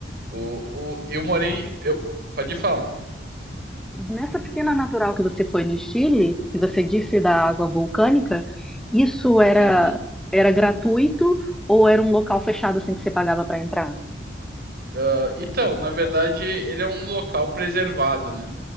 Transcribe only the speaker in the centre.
Nessa piscina natural que você foi no Chile, que você disse da água vulcânica, isso era
era gratuito ou era um local fechado assim que você pagava para entrar?